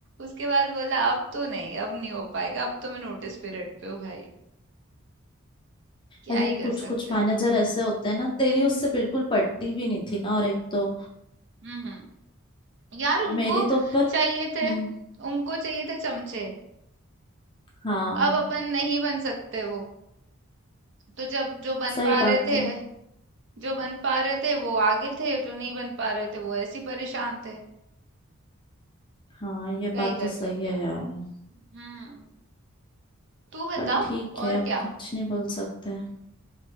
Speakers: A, on the right; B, on the left.
A: उसके बाद बोला अब तो नहीं अब नहीं हो पाएगा अब तो मैं नोटिस पीरियड पे हूँ भाई क्या
B: अरे
A: ही कर
B: कुछ
A: सकते
B: कुछ मैनेजर
A: हैं
B: ऐसे होते हैं ना तेरी उससे बिल्कुल पटती भी नहीं थी ना और एक तो
A: हम्म हम्म। यार उनको
B: मेरी तो ऊपर
A: चाहिए थे
B: हम्म
A: उनको चाहिए थे चमचे
B: हाँ
A: अब अपन नहीं बन सकते वो तो जब जो बन
B: सही
A: पा
B: बात
A: रहे थे
B: है
A: जो बन पा रहे थे वो आगे थे जो नहीं बन पा रहे थे वो ऐसे ही परेशान थे
B: हाँ ये
A: क्या
B: बात
A: ही कर
B: तो सही
A: सकते
B: है
A: हैं
B: यार
A: हम्म तू बता
B: पर ठीक
A: और
B: है अब
A: क्या
B: कुछ नहीं बोल सकते